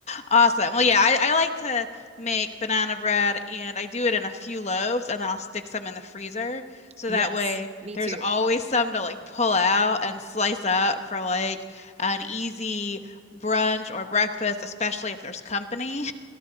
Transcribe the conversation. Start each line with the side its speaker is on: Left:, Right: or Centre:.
Left: Awesome. Well, yeah, I, I like to make banana bread and I do it in a few loaves and then I'll stick some in the freezer. So
Right: Yes,
Left: that way
Right: me
Left: there's
Right: too.
Left: always some to like pull out and slice up for like an easy brunch or breakfast, especially if there's company.